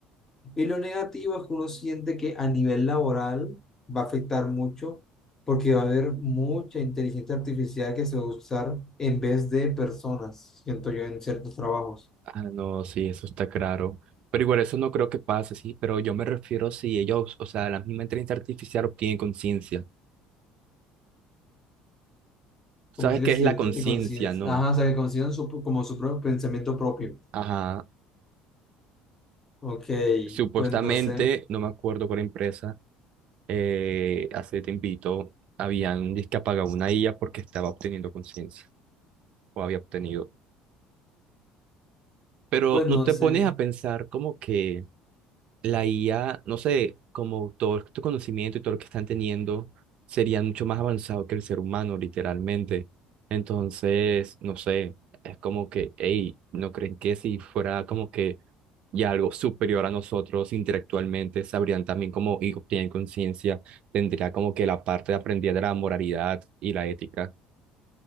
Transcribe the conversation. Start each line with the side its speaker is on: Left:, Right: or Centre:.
Left: Y lo negativo es que uno siente que a nivel laboral va a afectar mucho porque va a haber mucha inteligencia artificial que se va a usar en vez de personas, siento yo, en ciertos trabajos.
Right: Ah, no, sí, eso está claro. Pero igual eso no creo que pase, sí, pero yo me refiero si ellos, o sea, la misma inteligencia artificial obtiene conciencia. ¿Sabes
Left: Como es
Right: qué
Left: que si
Right: es la
Left: yo
Right: conciencia?
Left: tiene conciencia,
Right: No.
Left: ajá, o sea, que consideran su, como su propio pensamiento propio.
Right: Ajá.
Left: Ok,
Right: Supuestamente,
Left: pues no sé,
Right: no me acuerdo cuál empresa, eh, hace tiempito habían dizque apagado una IA porque estaba obteniendo conciencia o había obtenido. Pero
Left: pues
Right: no
Left: no
Right: te
Left: sé.
Right: pones a pensar como que la IA, no sé, como todo tu conocimiento y todo lo que están teniendo, sería mucho más avanzado que el ser humano, literalmente. Entonces, no sé, es como que, hey, ¿no creen que si fuera como que ya algo superior a nosotros intelectualmente, sabrían también cómo y obtienen conciencia, tendría como que la parte de aprendida de la moralidad y la ética?